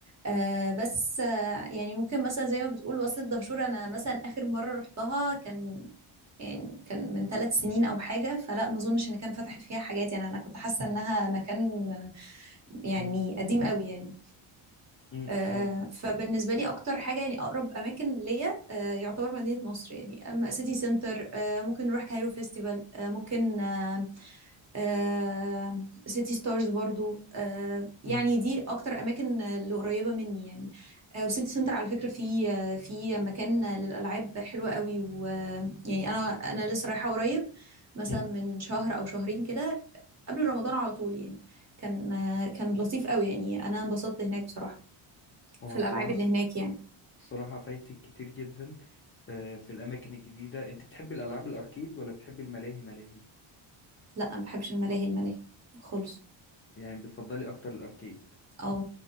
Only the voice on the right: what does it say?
آه بس آه يعني ممكن مثلا زي ما بتقول وصلة دهشور انا مثلا اخر مره رحتها كان يعني كان من ثلاث سنين او حاجه فلا ما اظنش ان كان فتحت فيها حاجات يعني انا كنت حاسه انها مكان آه، يعني
قديم قوي يعني
آه،
فبالنسبة لي أكتر حاجة يعني أقرب أماكن ليا آه، يعتبر مدينة نصر يعني أما سيتي سنتر آه، ممكن نروح كايرو فيستيفال آه، ممكن آه، آه، سيتي ستارز برضو آه، يعني
دي أكتر أماكن آه، اللي قريبة مني يعني آه، وسيتي سنتر على فكرة في آه، في مكان آه، للألعاب حلوة قوي ويعني أنا أنا لسه رايحة قريب مثلا
من شهر أو شهرين كده قبل رمضان على طول يعني كان آه، كان لطيف قوي يعني أنا انبسطت هناك بصراحة
في
الالعاب اللي هناك يعني
لا ما بحبش الملاهي الملاهي خالص
او